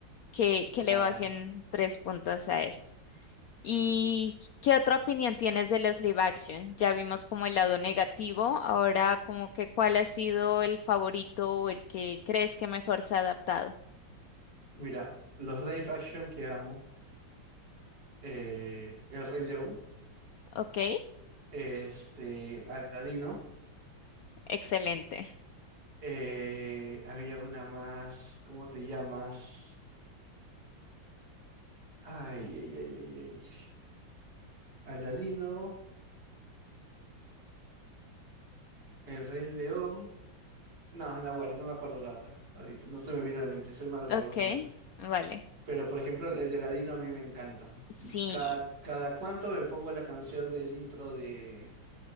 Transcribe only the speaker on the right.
Claro.
Mira, los live action que amo, eh, El Rey León,
este, Aladino,
eh, había una más, ¿cómo te llamas? Ay, ay, ay, ay, ay. Aladino, El Rey León. No, Nahuala, no me acuerdo la otra. Ahorita no se me viene a la mente, soy malo
para los nombres.
Pero por ejemplo, el de Aladino a mí me encanta.
Cada, cada cuánto me pongo la canción del intro de